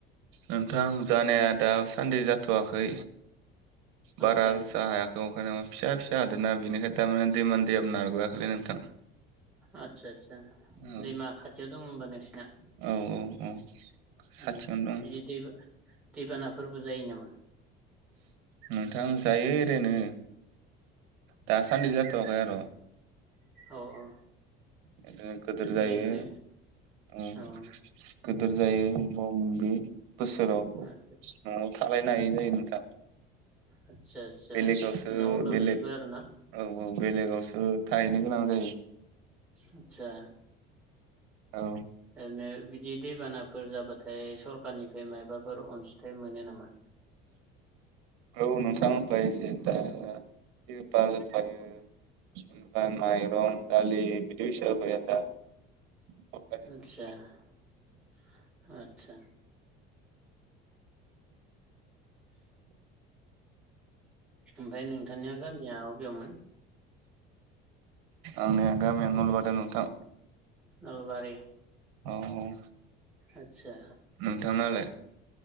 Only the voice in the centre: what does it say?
आतसा
आदसा आदसा
दैमा खाथियाव दङ' होनबा नोंसिना
उम
इदि दै दै बानाफोरबो जायो नामा?
आदसा
औ औ।
दै फै
औ
आतसा
आतसा आतसा
न'आव लोमजोबो
आरो ना?
आतसा
ओरैनो बिदि दैबानाफोर जाबाथाय सरखारनिफ्राय मायबाफोर अनसुंथाइ मोनो नामा?
<unintelligible> आतसा ओमफाय नोंथांनिया गामिया अबेयावमोन
नलबारि
आदसा